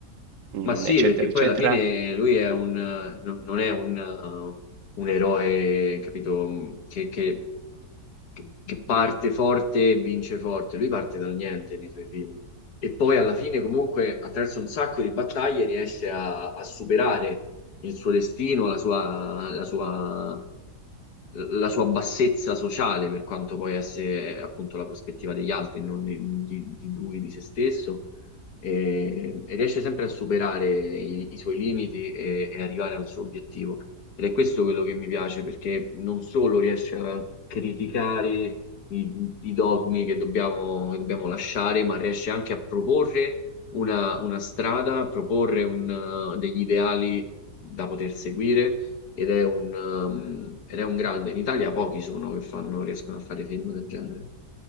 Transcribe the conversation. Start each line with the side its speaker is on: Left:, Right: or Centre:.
Right: mm,
Left: Ma sì,
Right: eccetera,
Left: perché
Right: eccetera.
Left: poi alla fine lui è un, non non è un, un eroe, capito, che, che che, che parte forte e vince forte. Lui parte dal niente nei suoi film. E poi alla fine, comunque, attraverso un sacco di battaglie, riesce a, a superare il suo destino, la sua, la sua, la sua bassezza sociale, per quanto poi esse appunto la prospettiva degli altri, non di, di- di lui, di se stesso. E, e riesce sempre a superare i, i suoi limiti e, e arrivare al suo obiettivo. Ed è questo quello che mi piace, perché non solo riesce a criticare i, i dogmi che dobbiamo, che dobbiamo lasciare, ma riesce anche a proporre una, una strada, a proporre un, eh, degli ideali da poter seguire. Ed è un, ehm, ed è un grande. In Italia pochi sono che fanno, riescono a fare film del genere.